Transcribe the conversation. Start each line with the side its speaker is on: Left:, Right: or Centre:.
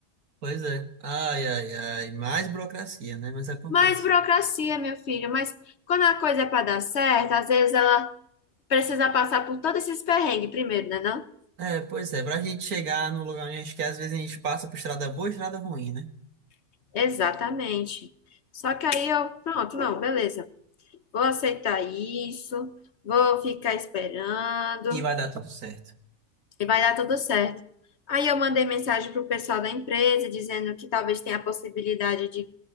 Right: Pois é. Ai, ai, ai. Mais burocracia, né? Mas acontece.
Left: Mais burocracia, meu filho, mas quando a coisa é para dar certo, às vezes ela precisa passar por todos esses perrengues primeiro, né, não?
Right: É, pois é. Pra gente chegar no lugar onde a gente quer, às vezes a gente passa por estrada boa e estrada ruim, né?
Left: Exatamente. Só que aí eu, pronto, não, beleza. Vou aceitar isso, vou ficar esperando
Right: E vai dar tudo certo.
Left: e vai dar tudo certo. Aí eu mandei mensagem pro pessoal da empresa dizendo que talvez tenha a possibilidade de